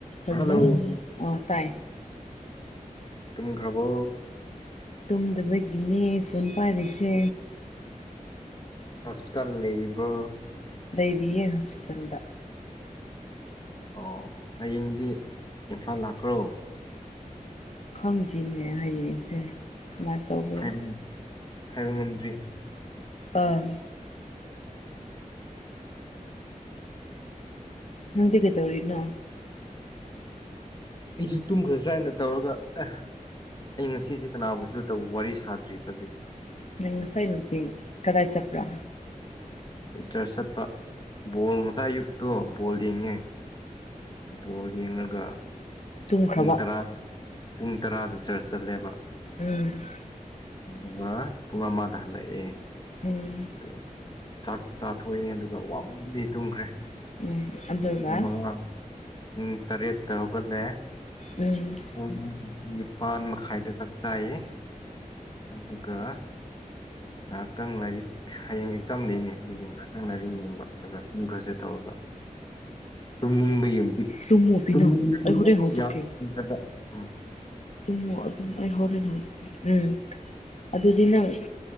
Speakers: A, on the left (about 55°); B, on the left (about 30°).
A: Hello
B: hello
A: ꯑꯣ ꯇꯥꯏ
B: ꯇꯨꯝꯈ꯭ꯔꯕꯣ
A: ꯇꯨꯝꯗꯕꯒꯤꯅꯦ ꯐꯣꯟ ꯄꯥꯏꯔꯤꯁꯦ
B: ꯍꯣꯁꯄꯤꯇꯥꯜ ꯂꯩꯔꯤꯕꯣ
A: ꯂꯩꯔꯤꯌꯦ ꯍꯣꯁꯄꯤꯇꯥꯜꯗ
B: ꯑꯣ ꯍꯌꯦꯡꯗꯤ ꯏꯝꯐꯥꯜ ꯂꯥꯛꯈ꯭ꯔꯣ
A: ꯈꯪꯗꯦꯅꯦ ꯍꯌꯦꯡꯁꯦ ꯀꯃꯥꯏ ꯇꯧꯕ
B: ꯍꯥꯏꯕ ꯍꯥꯏꯕ ꯉꯝꯗ꯭ꯔꯤ
A: ꯑꯥ ꯅꯪꯗꯤ ꯀꯩꯗꯧꯔꯤꯅꯣ
B: ꯑꯩꯁꯨ ꯇꯨꯝꯈ꯭ꯔꯁꯤꯔꯥ ꯍꯥꯏꯅ ꯇꯧꯔꯒ ꯑꯦ ꯑꯩ ꯉꯁꯤꯁꯦ ꯀꯅꯥꯨꯝꯕꯁꯨ ꯇꯧ ꯋꯥꯔꯤ ꯁꯥꯗ꯭ꯔꯤꯕ ꯑꯗꯨꯏ
A: ꯅꯪ ꯉꯁꯥꯏ ꯅꯨꯡꯊꯤꯜ ꯀꯗꯥꯥꯏ ꯆꯠꯄ꯭ꯔꯥ
B: ꯑꯩ ꯆ꯭ꯔꯁ ꯆꯠꯄ ꯕꯣꯜ ꯉꯁꯥꯥꯏ ꯑꯌꯨꯛꯇꯣ ꯕꯣꯜ ꯌꯦꯡꯉꯦ ꯕꯣꯜ ꯌꯦꯡꯔꯥꯒ
A: ꯇꯨꯝꯈ꯭ꯔꯕ
B: ꯄꯨꯡ ꯇꯔꯥꯒꯤ ꯄꯨꯡ ꯇꯔꯥꯗ ꯆ꯭ꯔꯁ ꯆꯠꯂꯦꯕ
A: ꯎꯨꯝ
B: <unintelligible> ꯄꯨꯡ ꯑꯃꯗ ꯍꯜꯂꯛꯑꯦ
A: ꯎꯨꯝ
B: ꯑꯗꯣ ꯆꯥꯛ ꯆꯥꯊꯣꯛꯑꯦ ꯑꯗꯨꯒ ꯋꯥꯃꯟꯕꯒꯤ ꯇꯨꯝꯈ꯭ꯔꯦ
A: ꯎꯝ ꯑꯗꯨꯒ
B: <unintelligible> ꯄꯨꯡ ꯇꯔꯦꯠꯇ ꯍꯧꯒꯠꯂꯦ
A: ꯎꯝ
B: ꯄꯨꯡ ꯅꯤꯄꯥꯜ ꯃꯈꯥꯏꯗ ꯆꯥꯛ ꯆꯥꯏꯌꯦ ꯑꯗꯨꯒ ꯉꯥꯏꯍꯥꯛꯇꯪ ꯂꯥꯏꯔꯤꯛ ꯍꯌꯦꯡ ꯑꯦꯛꯖꯥꯝ ꯂꯩꯅꯦ ꯑꯗꯨ ꯅꯪ ꯂꯥꯏꯔꯤꯛ ꯌꯦꯡꯕ ꯑꯗꯨꯒ ꯇꯨꯝꯈ꯭ꯔꯁꯦ ꯇꯧꯔꯒ ꯇꯨꯝꯅꯤꯡꯕ ꯌꯦꯡ
A: ꯇꯨꯝꯃꯨ ꯄꯤꯅꯨ
B: <unintelligible>
A: ꯑꯩ ꯍꯣꯔꯦꯟ ꯍꯧꯗꯣꯛꯀꯦ
B: ꯌꯥ <unintelligible> ꯎꯨꯝ
A: ꯇꯨꯝꯃꯣ ꯑꯗꯨꯝ ꯑꯩ ꯍꯣꯔꯦꯟ ꯍꯧꯗꯣꯛꯀꯦ ꯎꯨꯝ ꯑꯗꯨꯗꯤ ꯅꯪ